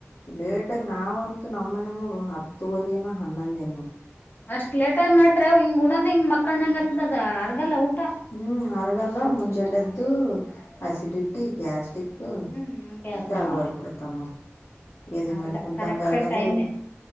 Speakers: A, on the left; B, on the left.
A: ಲೇಟಾಗಿ ನಾವಂತ ನಮ್ಮನ್ಯಾಗ ನೋಡು ಹತ್ತ್ ಹತ್ತುವರಿಯನ್ನ ಹನ್ನೊಂದ ಏನ ನೋಡ್.
B: ಅಷ್ಟ್ ಲೇಟಾಗಿ ಮಾಡಿದ್ರೆ ಹಿಂಗ್ ಉಣದ್ ಹಿಂಗ ಮಕಾನಗತ್ತ ಆತ ಅ ಆರ್ಗಲ್ಲ ಊಟ.
A: ಹ್ಮ್ ಅರಗಲ್ಲ ಮುಂಜಾಲೆದ್ದು ಅಸಿಡಿಟಿ ಗ್ಯಾಸ್. ತಿಕ್ಕು
B: ಹ್ಮ್ ಹಂಗೆ ಆತದ
A: ಚಾಲವಾಗಿ
B: ನೋಡ
A: ಬುಡತಾನ. ಎದಿ
B: ನಾವಿಲ್ಲ
A: ಮ್ಯಾಲೆ ಕುಂತಂಗ್
B: ಕರೆಕ್ಟ್
A: ಆಗದು
B: ಟೈಮ್